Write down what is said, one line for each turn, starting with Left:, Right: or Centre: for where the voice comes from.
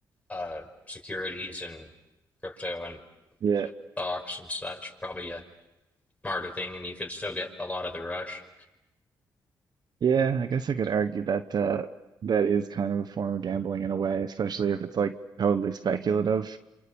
Left: uh securities and crypto and
Right: yeah.
Left: stocks and such. Probably a smarter thing, and you could still get a lot of the rush.
Right: Yeah, I guess I could argue that uh, that is kind of a form of gambling in a way, especially if it's like totally speculative.